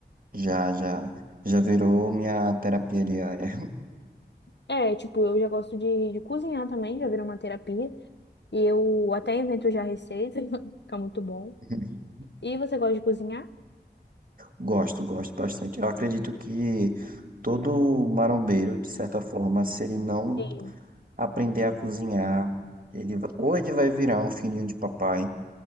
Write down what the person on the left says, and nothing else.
É, é, tipo, eu já gosto de, de cozinhar também, já virou uma terapia. E eu até invento já receita, <laughs> fica muito bom.
E você gosta de cozinhar?
Sim,